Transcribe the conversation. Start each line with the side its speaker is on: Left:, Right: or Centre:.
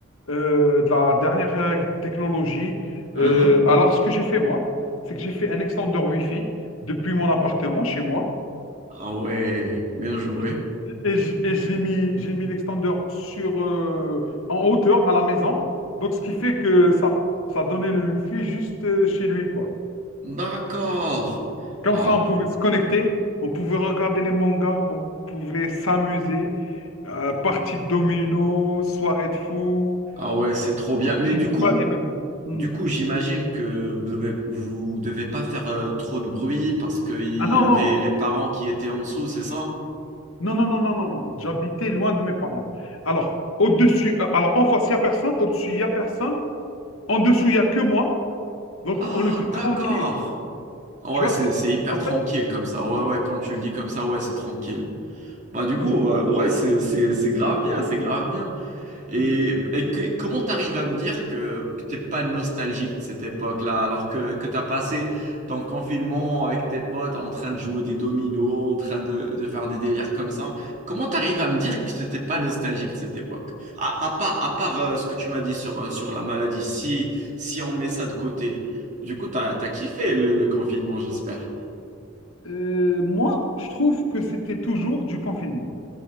Left: euh, de la dernière euh, technologie.
Right: Uhum.
Left: Euh, alors, ce que j'ai fait moi, c'est que j'ai fait un extender Wi-Fi depuis mon appartement chez moi.
Right: Ah ouais. Bien joué.
Left: J- Et j- et j'ai mis, j'ai mis l'extender sur, euh, en hauteur à la maison. Donc, ce qui fait que ça, ça donnait le wifi juste euh, chez lui, quoi.
Right: D'accord.
Left: Comme
Right: Ah,
Left: ça, on pouvait se connecter, on pouvait regarder les mangas, on pouvait s'amuser. Euh, partie de domino, soirée de fou.
Right: ah ouais, c'est trop bien. Mais
Left: Tu
Right: du
Left: peux
Right: coup,
Left: pas imaginer. Hmm.
Right: du coup, j'imagine que vous devez, vous devez pas faire euh, trop de bruit parce qu'il
Left: Ah non,
Right: y avait
Left: non,
Right: les parents qui étaient en dessous, c'est ça?
Left: non, non, non, non, non, non. J'habitais loin de mes parents. Alors, au-dessus, euh, alors en face, il n'y a personne. Au-dessus, il n'y a personne. En dessous, il n'y a que moi. Donc,
Right: Ah,
Left: on était tranquille.
Right: d'accord. Ah
Left: Tu
Right: Ouais,
Left: vois,
Right: c'est,
Left: c'est,
Right: c'est hyper
Left: en
Right: tranquille
Left: fait,
Right: comme ça. Ouais,
Left: voilà.
Right: ouais, quand tu le dis comme ça, ouais, c'est tranquille. Bah du
Left: Donc,
Right: coup, euh, ouais, c'est, c'est, c'est grave bien, c'est grave bien. Et,
Left: oui.
Right: et que- comment t'arrives à me dire que, que t'es pas nostalgique de cette époque-là, alors que, que t'as passé ton confinement avec tes potes en train de jouer des dominos, en train de, de faire des délires comme ça? Comment t'arrives à me dire que t'étais pas nostalgique de cette époque? À, à part, à part euh, ce que tu m'as dit sur, euh, sur la maladie, si, si on met ça de côté, du coup, t'as, t'as kiffé le, le confinement, j'espère.
Left: Euh, moi, je trouve que c'était toujours du confinement.